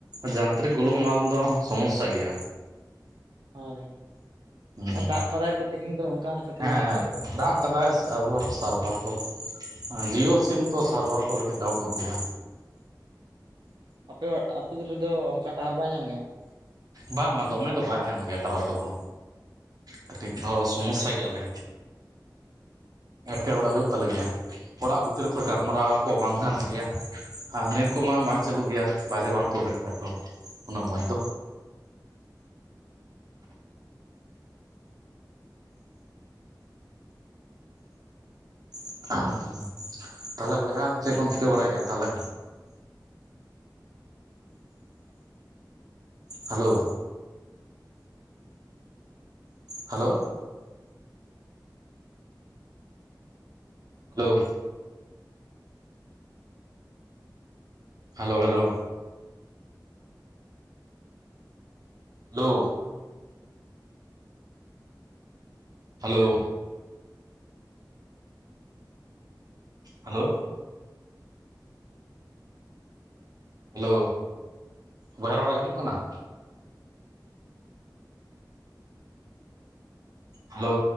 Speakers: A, on the right; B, on the right.
A: ᱡᱟᱱᱛᱨᱤᱠ ᱜᱩᱞᱳ ᱢᱟᱞ ᱫᱚ ᱥᱚᱢᱚᱥᱥᱟ ᱜᱮᱭᱟ᱾
B: ᱦᱳᱭ
A: ᱦᱩᱸ
B: ᱟᱨ ᱫᱟᱜ ᱠᱟᱫᱟᱭ ᱛᱚ ᱛᱤᱦᱤᱧ ᱫᱚ ᱚᱱᱠᱟ ᱦᱟᱛᱮᱫ ᱛᱮ
A: ᱦᱮᱸ
B: ᱡᱟᱹᱱᱤᱡ ᱠᱷᱟᱡᱽ
A: ᱫᱟᱜ ᱠᱟᱫᱟᱭ ᱟᱨᱚ ᱥᱟᱨᱵᱷᱟᱨ ᱠᱚ ᱡᱤᱭᱳ ᱥᱤᱢ ᱛᱚ ᱥᱟᱨᱵᱷᱟᱨ ᱠᱚ ᱠᱟᱹᱴᱤᱡ ᱰᱟᱣᱩᱱᱚᱜ ᱜᱮᱭᱟ᱾
B: ᱟᱯᱮ <unintelligible> ᱟᱹᱛᱩ ᱨᱮᱫᱚ ᱚᱱᱠᱟ ᱴᱟᱣᱟᱨ ᱵᱟᱭ ᱧᱟᱢ ᱜᱮᱭᱟ
A: ᱵᱟᱝ ᱵᱟᱝ ᱫᱚᱢᱮ ᱫᱚ ᱵᱟᱭ ᱧᱟᱢ ᱜᱮᱭᱟ ᱴᱟᱣᱟᱨ ᱠᱚᱫᱚ᱾ ᱠᱟᱹᱴᱤᱡ <unintelligible> ᱥᱚᱢᱚᱥᱥᱟ ᱜᱮᱭᱟ ᱞᱮ ᱮᱴᱠᱮᱦᱚᱬᱮ ᱦᱩᱭᱩᱜ ᱛᱟᱞᱮ ᱜᱮᱭᱟ ᱚᱲᱟᱜ ᱵᱷᱤᱛᱤᱨ ᱠᱷᱚᱡᱽ ᱜᱟᱞᱢᱟᱨᱟᱣ ᱠᱚ ᱵᱟᱝ ᱜᱟᱱᱚᱜ ᱜᱮᱭᱟ᱾ ᱟᱨ ᱱᱮᱴ ᱠᱚᱢᱟ ᱵᱟᱝ ᱪᱟᱹᱞᱩᱜ ᱜᱮᱭᱟ ᱵᱟᱭᱨᱮ ᱵᱟᱢ ᱛᱩᱫ ᱞᱮᱱᱠᱷᱟᱱ ᱫᱚ ᱩᱱᱟᱹᱜ ᱢᱚᱸᱡᱽ ᱫᱚ᱾
B: <inaudible>
A: <unintelligible> ᱛᱟᱦᱞᱮ ᱵᱚᱭᱦᱟ ᱟᱢ ᱪᱮᱫ ᱠᱚᱢ ᱪᱤᱠᱟᱹ ᱵᱟᱲᱟᱭᱮᱫᱼᱟ ᱛᱟᱦᱞᱮ hello hello hello hello hello hello hello hello hello ᱵᱚᱭᱦᱟ ᱨᱚᱲ ᱟᱸᱡᱚᱢ ᱚᱜ ᱠᱟᱱᱟ ᱦᱮᱞᱳ